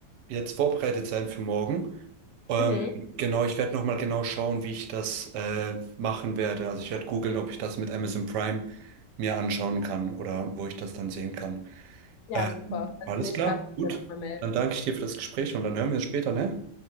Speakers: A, on the right (about 75°); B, on the left (about 70°).
A: jetzt vorbereitet sein für morgen. Ähm,
B: Mhm.
A: genau, ich werde nochmal genau schauen, wie ich das äh, machen werde. Also ich werde googeln, ob ich das mit Amazon Prime mir anschauen kann oder wo ich das dann sehen kann.
B: Ja,
A: Äh,
B: super. Falls
A: alles
B: nicht,
A: klar,
B: kannst du dich
A: gut.
B: ja nochmal melden.
A: Dann danke ich dir für das Gespräch und dann hören wir uns später, ne?